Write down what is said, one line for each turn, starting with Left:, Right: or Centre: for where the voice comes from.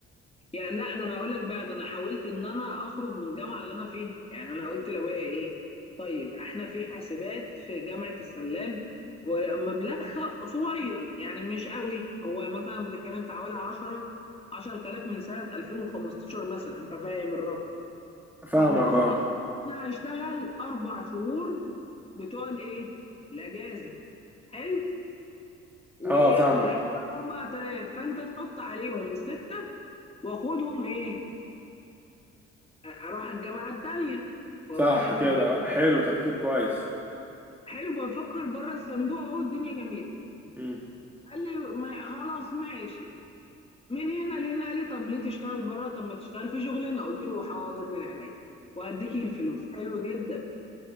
Left: يعني لا ده انا اقول لك بقى ده انا حاولت ان انا اخرج من الجامعه اللي انا فيها يعني انا قلت لو هي ايه طيب احنا في حاسبات في جامعه السلاب ومبلغها صغير يعني مش قوي هو مثلا بتتكلم في حوالي 10 10000 من سنه 2015 مثلا انت فاهم الرقم
Centre: فاهمك
Left: فقلت له
Centre: اه
Left: خلاص انا هشتغل اربع شهور بتوع الايه الاجازه حلو و-
Centre: اه فاهمك
Left: وهيدفع 4000 فانت تحط عليهم سته واخدهم ايه اروح الجامعه التانيه وابقى
Centre: صح
Left: انا
Centre: كده
Left: في المكان بتاعي
Centre: حلو تفكير كويس
Left: حلو بفكر بره الصندوق اهو الدنيا جميله
Centre: امم
Left: قال لي ما خلاص ماشي من هنا لهنا قال لي طب ليه تشتغل بره طب ما تشتغل في شغلنا قلت له حاضر من عينيا وهديكي الفلوس حلو جدا